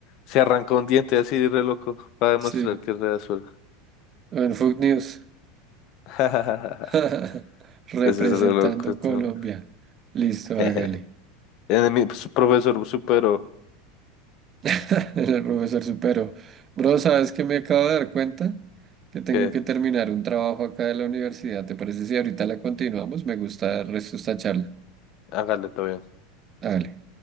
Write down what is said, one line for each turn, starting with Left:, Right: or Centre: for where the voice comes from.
Left: Se arrancó un diente así re loco para demostrar
Right: Sí.
Left: que es re azul.
Right: O en Food News.
Left: <laughs>
Right: <laughs> Representando
Left: Ese es re loco. Tom.
Right: Colombia. Listo,
Left: <laughs>
Right: hágale.
Left: En mi su- profesor superó
Right: <laughs> El profesor supero. Bro, ¿sabes qué me acabo de dar cuenta? Que tengo
Left: que
Right: que terminar un trabajo acá de la universidad. ¿Te parece si ahorita la continuamos? Me gusta el resto de esta charla.
Left: hágale todo bien.
Right: Hágale.